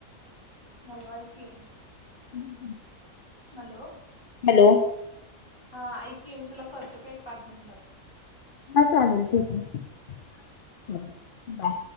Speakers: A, on the left; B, on the left.
A: <unintelligible>
B: <unintelligible>
A: hello.
B: हॅलो.
A: हा, ऐक की. मी तुला करतो काय, एक पाच मिनटात.
B: हा, चालेल. ठीकय. हं. बाय.